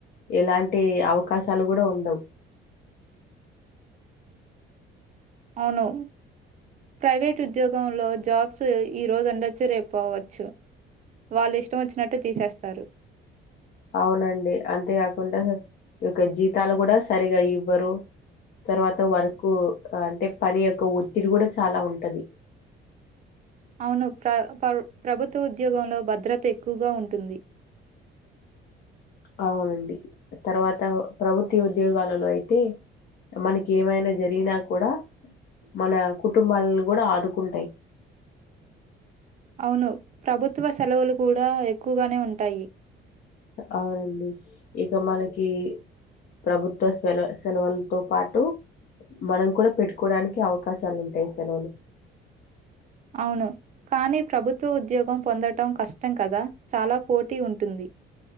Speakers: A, on the left; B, on the right.
A: ఎలాంటి అవకాశాలు కూడా ఉండవు
B: అవును ప్రైవేట్ ఉద్యోగంలో జాబ్స్ ఈరోజు ఉండొచ్చు రేపోవచ్చు వాళ్ళు ఇష్టం వచ్చినట్టు తీసేస్తారు
A: అవునండి అంతేకాకుండా ఈ యొక్క జీతాలు కూడా సరిగా ఇవ్వరు తర్వాత వర్కు అంటే పని యొక్క ఒత్తిడి కూడా చాలా ఉంటది
B: అవును ప్ర ప్రభుత్వ ఉద్యోగంలో భద్రత ఎక్కువగా ఉంటుంది
A: అవునండి తర్వాత ప్రభుత్వ ఉద్యోగాలలో అయితే మనకి ఏమైనా జరిగినా కూడా మన కుటుంబాలను కూడా ఆదుకుంటాయి
B: అవును ప్రభుత్వ సెలవులు కూడా ఎక్కువగానే ఉంటాయి
A: అవునండి ఇక మనకి ప్రభుత్వ సెల సెలవులతో పాటు మనం కూడా పెట్టుకోవడానికి అవకాశాలు ఉంటాయి సెలవులు
B: అవును కానీ ప్రభుత్వ ఉద్యోగం పొందటం కష్టం కదా చాలా పోటీ ఉంటుంది